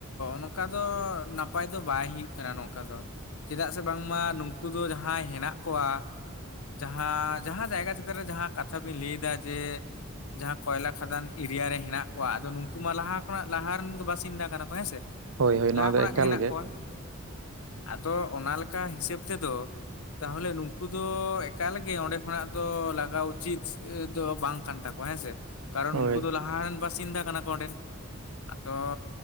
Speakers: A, on the left (about 85°); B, on the right (about 65°).
A: ᱱᱚᱝᱠᱟ ᱫᱚ ᱱᱟᱯᱟᱭ ᱫᱚ ᱵᱟᱭ ᱦᱩᱭᱩᱜ ᱠᱟᱱᱟ ᱱᱚᱝᱠᱟ ᱫᱚ᱾ ᱪᱮᱫᱟᱜ ᱥᱮ ᱵᱟᱝᱢᱟ ᱼᱼ ᱩᱱᱠᱩ ᱫᱚ ᱡᱟᱦᱟᱸᱭ ᱦᱮᱱᱟᱜ ᱠᱚᱣᱟ᱾ ᱡᱟᱦᱟᱸ ᱡᱟᱦᱟᱸ ᱡᱟᱭᱜᱟ ᱪᱮᱛᱟᱱ ᱨᱮ ᱡᱟᱦᱟᱸ ᱠᱟᱛᱷᱟ ᱵᱤᱱ ᱞᱟᱹᱭᱫᱟ ᱡᱮ। ᱡᱟᱦᱟᱸ ᱠᱚᱭᱞᱟ ᱠᱷᱟᱫᱟᱱ ᱮᱨᱤᱭᱟ ᱨᱮ ᱦᱮᱱᱟᱜ ᱠᱚᱣᱟ ᱟᱫᱚ ᱱᱩᱝᱠᱩ ᱢᱟ ᱞᱟᱦᱟ ᱠᱷᱚᱱᱟᱜ ᱞᱟᱦᱟ ᱨᱮᱱ ᱜᱮ ᱵᱟᱥᱤᱱᱫᱟ ᱠᱟᱱᱟ ᱠᱚ ᱦᱮᱸ ᱥᱮ।
B: ᱦᱳᱭ ᱦᱳᱭ ᱱᱚᱣᱟ
A: ᱞᱟᱦᱟ
B: ᱫᱚ
A: ᱠᱷᱚᱱᱟᱜ
B: ᱮᱠᱟᱞ
A: ᱜᱮ ᱦᱮᱱᱟᱜ ᱠᱚᱣᱟ᱾ ᱟᱫᱚ ᱚᱱᱟ ᱞᱮᱠᱟ ᱦᱤᱥᱟᱹᱵ ᱛᱮᱫᱚ᱾ ᱛᱟᱦᱟᱞᱮ ᱱᱩᱝᱠᱩ ᱫᱚ ᱮᱠᱟᱞᱜᱮ ᱚᱸᱰᱮ ᱠᱷᱚᱱᱟᱜ ᱫᱚ ᱞᱟᱜᱟᱣ ᱩᱪᱤᱛ ᱫᱚ ᱵᱟᱝ ᱠᱟᱱ ᱛᱟᱠᱚᱣᱟ। ᱦᱮᱸᱥᱮ ᱠᱟᱨᱚᱱ
B: ᱦᱳᱭ
A: ᱩᱱᱠᱩ ᱫᱚ ᱞᱟᱦᱟ ᱨᱮᱱ ᱵᱟᱥᱤᱱᱫᱟ ᱠᱟᱱᱟ ᱠᱚ ᱚᱸᱰᱮᱱ। ᱟᱫᱚ